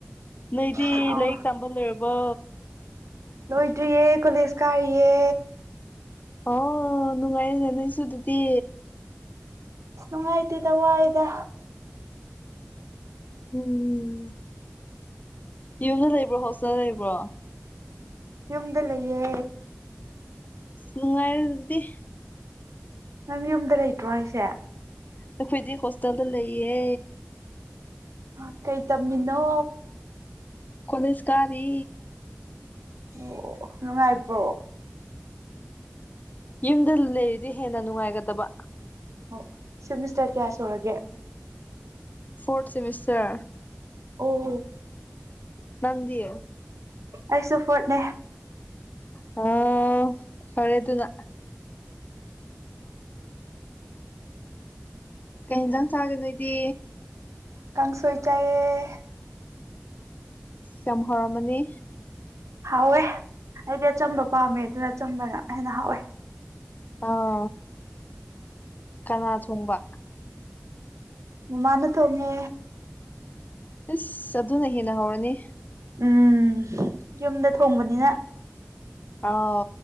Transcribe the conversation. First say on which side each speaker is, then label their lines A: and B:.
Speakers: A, on the left; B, on the right.
A: ꯅꯣꯏꯗꯤ
B: ꯑꯍꯥꯎ
A: ꯂꯥꯏꯔꯤꯛ ꯇꯝꯕ ꯂꯣꯏꯔꯕꯣ
B: ꯂꯣꯏꯗ꯭ꯔꯤꯌꯦ ꯀꯣꯂꯦꯖ ꯀꯥꯔꯤꯌꯦ
A: ꯑꯣ ꯅꯨꯡꯉꯥꯏꯅꯦ ꯂꯣꯏꯁꯨ ꯑꯗꯨꯗꯤ
B: ꯑ ꯅꯨꯡꯉꯥꯏꯇꯦꯗ ꯋꯥꯏꯗ
A: ꯎꯝ ꯌꯨꯝꯗ ꯂꯩꯕ꯭ꯔꯣ ꯍꯣꯁꯇꯦꯜꯗ ꯂꯩꯕ꯭ꯔꯣ
B: ꯌꯨꯝꯗ ꯂꯩꯌꯦ
A: ꯅꯨꯡꯉꯥꯏꯔ ꯑꯗꯨꯗꯤ
B: ꯅꯪ ꯌꯨꯝꯗ ꯂꯩꯇ꯭ꯔꯣ ꯍꯥꯏꯁꯦ
A: ꯑꯩꯈꯣꯏꯗꯤ ꯍꯣꯁꯇꯦꯜꯗ ꯂꯩꯌꯦ
B: ꯑ ꯀꯩ ꯇꯝꯕꯅꯣ
A: ꯀꯣꯅꯤꯁ ꯀꯥꯔꯤ
B: ꯑꯣ ꯂꯉꯥꯏꯄꯣ
A: ꯌꯨꯝꯗ ꯂꯩꯔꯤꯗꯤ ꯍꯦꯟꯅ ꯅꯨꯡꯉꯥꯏꯒꯗꯕ
B: ꯍꯣꯏ ꯁꯦꯃꯤꯁꯇ꯭ꯔ ꯀꯌꯥꯥ ꯁꯨꯔꯒꯦ
A: ꯐꯣꯔꯠ ꯁꯦꯃꯤꯁ꯭ꯔ
B: ꯑꯣ
A: ꯅꯪꯗꯤ
B: ꯑꯩꯁꯨ ꯐꯣꯔꯠꯅꯦ
A: ꯍꯣ ꯐꯔꯦ ꯑꯗꯨꯅ ꯀꯩ ꯏꯟꯖꯥꯡ ꯆꯥꯒꯦ ꯅꯣꯏꯗꯤ
B: ꯀꯥꯡꯁꯣꯏ ꯆꯥꯏꯌꯦ
A: ꯌꯥꯝ ꯍꯥꯎꯔꯝꯃꯅꯤ
B: ꯍꯥꯎꯋꯦ ꯑꯩꯗꯤ ꯑꯆꯝꯕ ꯄꯥꯝꯃꯦ ꯑꯗꯨꯅ ꯑꯆꯝꯕꯅ ꯍꯦꯟꯅ ꯍꯥꯎꯋꯦ
A: ꯇꯧꯋꯣ ꯀꯅꯥ ꯊꯣꯡꯕ
B: ꯃꯃꯥꯅ ꯊꯣꯡꯉꯦ
A: ꯏꯁ ꯑꯗꯨꯅ ꯍꯦꯟꯅ ꯍꯥꯎꯔꯅꯤ
B: ꯎꯝ ꯌꯨꯝꯗ ꯊꯣꯡꯕꯅꯤꯅ
A: ꯑꯥꯎ